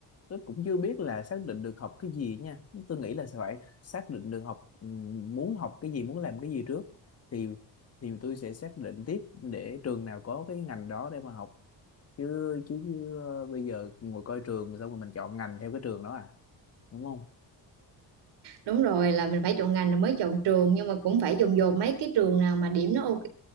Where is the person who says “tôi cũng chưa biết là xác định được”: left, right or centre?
Left